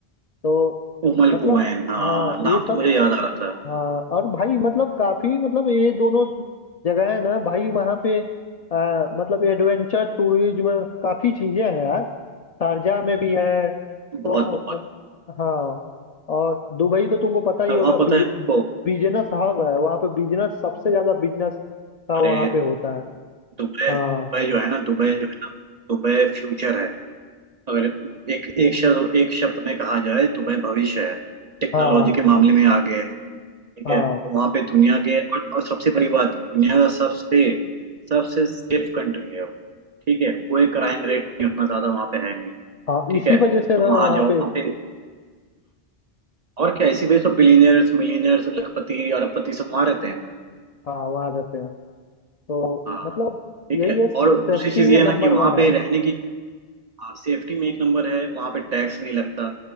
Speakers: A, on the left (about 50°); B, on the right (about 50°).
A: तो
B: उमल
A: मतलब
B: कुवैन हाँ
A: हाँ
B: नाम
A: ये सब
B: तो मुझे याद आ रहा था
A: हाँ और भाई मतलब काफी मतलब ये दोनों जगह है ना भाई वहाँ पे आ, मतलब एडवेंचर टूरिज्म काफी चीजें हैं यार शारजाह में भी है तो
B: बहुत बहुत
A: मत- हाँ और दुबई तो तुमको पता ही
B: और
A: होगा
B: वहाँ
A: बिज,
B: पता है तुमको
A: बिजनेस हब है वहाँ पे बिजनेस सबसे ज्यादा बिजनेस का
B: अरे
A: वहाँ पे होता है
B: दुबई
A: हाँ
B: दुबई जो है ना दुबई जो है ना दुबई फ्यूचर है अगर एक एक शब्द एक शब्द में कहा जाए दुबई भविष्य है टेक्नोलॉजी
A: हाँ
B: के मामले में आगे है ठीक
A: हाँ
B: है वहां पे दुनिया के और, और सबसे बड़ी बात दुनिया का सबसे सबसे सेफ कंट्री है वो ठीक है कोई क्राइम रेट नहीं उतना ज्यादा वहां पे है नहीं
A: हाँ
B: ठीक
A: इसी
B: है तुम
A: वजह से ना
B: वहां
A: वहाँ
B: जाओ
A: पे
B: वहां पे और क्या इसी वजह से बिलीनियर्स मिलीनियर्स लखपति अरबपति सब वहां रहते हैं
A: हाँ वहाँ रहते हैं तो
B: हाँ
A: मतलब
B: ठीक
A: यही
B: है
A: है सेफ्टी
B: और दूसरी चीज
A: में
B: ये
A: नंबर
B: है ना कि वहां
A: वन है
B: पे रहने की सेफ्टी में एक नंबर है वहां पे टैक्स नहीं लगता